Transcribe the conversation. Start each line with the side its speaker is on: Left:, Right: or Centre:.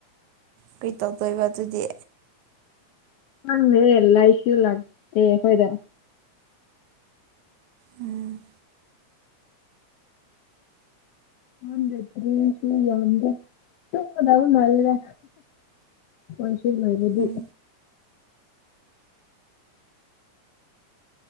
Right: ꯀꯩ ꯇꯧꯗꯣꯏꯕ ꯑꯗꯨꯗꯤ
Left: ꯍꯪꯗꯦꯍꯦ ꯂꯥꯏꯠꯁꯨ ꯂꯥꯛꯇꯦ ꯑꯈꯣꯏꯗ
Right: ꯎꯝ
Left: ꯍꯗꯇꯔꯤ ꯁꯤꯦ ꯇꯨꯡꯗꯕ ꯃꯥꯜꯒ ꯃꯟꯁꯤ ꯃꯗꯤ
Right: ꯎꯝ